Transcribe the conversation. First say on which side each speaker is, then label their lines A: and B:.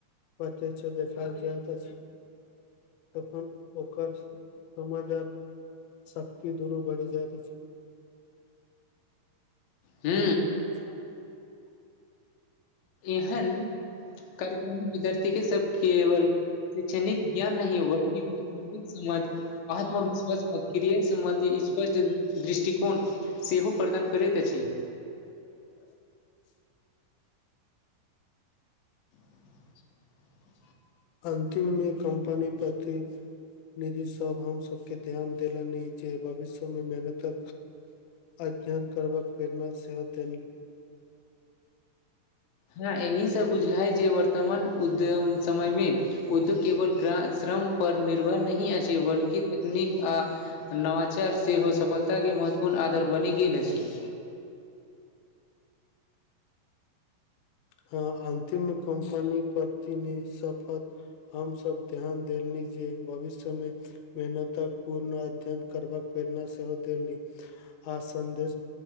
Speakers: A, on the left; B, on the left.
A: पते छै देखायल जा तऽ तखन ओकर समाजात शक्ति दुनू बढ़ि जायइत छै
B: हू
A: <unintelligible>
B: एहन कार्यक्रम विद्यार्थी के सब केवल शैक्षणिक ज्ञान नहि बलि विक समझ आत्मविश्वास आ क्रियर सम्बन्धी स्पष्ट दृष्टिकोण सेहो प्रदान करैत अछि
A: <unintelligible>
B: <unintelligible>
A: अन्तिममे कम्पनी प्रति निधि सब हम सभके ध्यान देलनि ई जे भविष्य मे मेहनतक अध्ययन करबाक प्रेरणा सेहोत
B: हँ यही सब बुझले जे वर्तमान उद्योम समय मे उद्योग केवल श्रम पर निर्भर नहि अछि बल्कि तकनीक आ नवाचार सेहो सफलताके महत्वपूर्ण आधार बनि गेल अछि
A: हँ अन्तिम कम्पनी परति न शपथ हमसभ ध्यान देली जे भविष्य मे मेहनतक पूर्ण अध्ययन करबाक प्रेरणा सेहो देल नी आ सन्देश